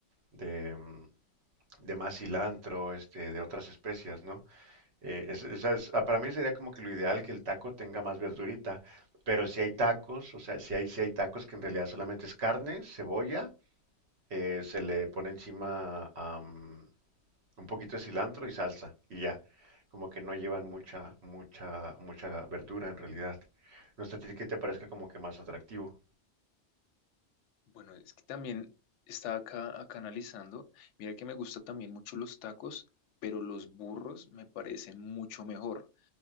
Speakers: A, on the right; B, on the left.
A: de, mm, de más cilantro, este, de otras especias, ¿no? Eh, es- o sea, es- ah, para mí sería como que lo ideal que el taco tenga más verdurita, pero si hay tacos, o sea, si hay, si hay tacos que en realidad solamente es carne, cebolla, eh, se le pone encima am, un poquito de cilantro y salsa y ya, como que no llevan mucha, mucha, mucha verdura en realidad. No sé a ti que te parezca como que más atractivo.
B: Bueno, es que también estaba acá, acá analizando. Mira que me gustan también mucho los tacos, pero los burros me parecen mucho mejor.